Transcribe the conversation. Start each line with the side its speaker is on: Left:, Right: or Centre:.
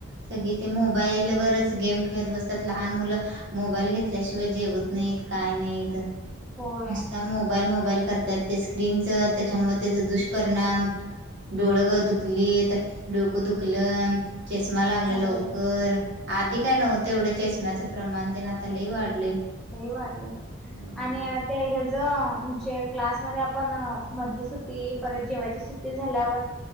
Right: सगळी ते मोबाईल बरच गेम खेळत बसत्यात लहान मुल मोबाईल घेतल्याशिवाय जेवत नाहीत काय नाहीत
Centre: होय
Right: नुसता मोबाईल मोबाईल करतात ते स्क्रीनच त्याच्यामुळे त्याचा दुष्परिणाम डोळग दुखलीत डोक दुखल चष्मा लागलेय
Centre: होय
Right: लवकर
Centre: होय
Right: आधी काय नव्हत एवढे चषम्याच प्रमाण ते न त्यालाही वाढले
Centre: दही वाढलं
Right: हो
Centre: आणि ते ह ज म्हणजे क्लासमध्येध्ये आपण मधली सुट्टी परत जेवायची सुट्टी झाल्यावर